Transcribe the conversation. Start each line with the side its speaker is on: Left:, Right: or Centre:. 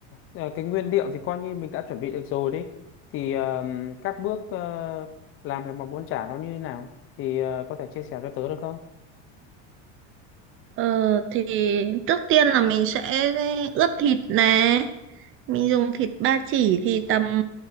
Left: ờ, cái nguyên liệu thì coi như mình đã chuẩn bị được rồi đi. Thì ờ, các bước ờ, làm cái món bún chả nó như thế nào thì ờ, có thể chia sẻ cho tớ được không?
Right: ờ, thì trước tiên là mình sẽ ướp thịt nè mình dùng thịt ba chỉ thì tầm